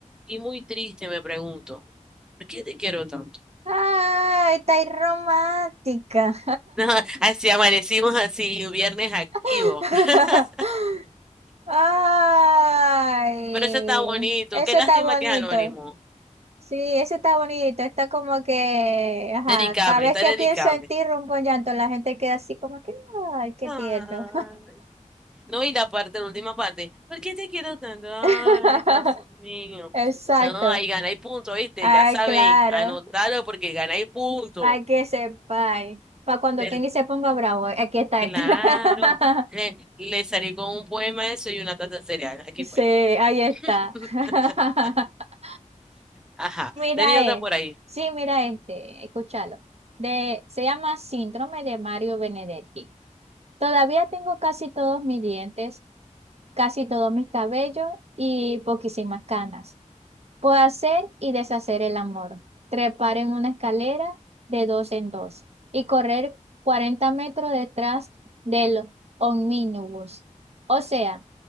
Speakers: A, in the centre; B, on the right.
A: y muy triste me pregunto, ¿por qué te quiero tanto?
B: Ay, está ahí romántica.
A: <laughs> así amanecimos así, un viernes activo.
B: <laughs>
A: <laughs>
B: Ay,
A: Pero eso está bonito.
B: eso
A: Qué lástima
B: está bonito.
A: que es anónimo.
B: Sí, eso está bonito. Está como que, ajá,
A: Dedicable,
B: cada vez
A: está
B: que
A: dedicable.
B: pienso en ti, rompo en llanto. La gente queda así como que, ay, qué
A: Ay.
B: tierno.
A: No, y la parte, la última parte. ¿Por qué te quiero tanto? Ay,
B: <laughs>
A: Dios mío.
B: Exacto.
A: No, ahí ganáis punto, ¿viste?
B: Ay,
A: Ya sabéis,
B: claro.
A: anotalo porque ganáis punto.
B: Para que sepáis. Para cuando
A: Per-
B: Kenny se ponga bravo, aquí está
A: claro.
B: este. <laughs>
A: Le, le salí con un poema eso y una taza de cereal. Aquí
B: Sí,
A: fue.
B: ahí está.
A: <laughs>
B: <laughs>
A: Ajá.
B: Mira,
A: Tenía otra
B: eh,
A: por ahí.
B: sí, mira este, escúchalo. De, se llama Síndrome de Mario Benedetti. Todavía tengo casi todos mis dientes, casi todos mis cabellos y poquísimas canas. Puedo hacer y deshacer el amor, trepar en una escalera de dos en dos y correr 40 metros detrás del omnibus. O sea,